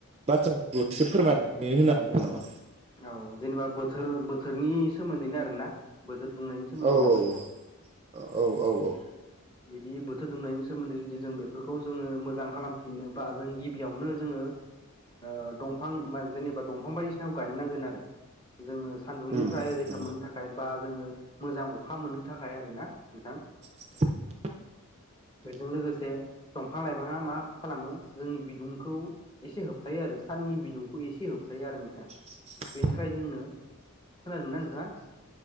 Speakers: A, on the right (about 30°); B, on the left (about 20°).
A: बाथ्राफोरखौ एसे फोरमायनानै होनो हागोन नामा?
B: औ जेनेबा बोथोर बोथोरनि सोमोन्दैनो आरोना बोथोर दुंनायनि सोमोन्दै
A: औ
B: नामा नोंथां?
A: औ औ औ औ।
B: बिदि बोथोर दुमनायनि सोमोन्दै जुदि जों बेफोरखौ जोङो मोजां खालामफिनोबा जों गिबियावनो जोङो। ओ दंफां जेनेबा दंफां बायदिसिनाखौ गायनांगोन आरो जोङो सान्दुंनिफ्राय
A: उम
B: रैखा
A: उम
B: मोननो थाखाय बा। जोङो मोजां अखा मोननो थाखाय आरोना नोंथां।
A: <inaudible>
B: बेजों लोगोसे दंफां लाइफाङा मा खालामो जोंनि बिदुंखौ एसे होबथायो आरो सान। नि बिदुंखौ एसे होबथायो आरो नोंथां।
A: <inaudible>
B: नि थाखाय जोंनो खोनादों ना नोंथाङा?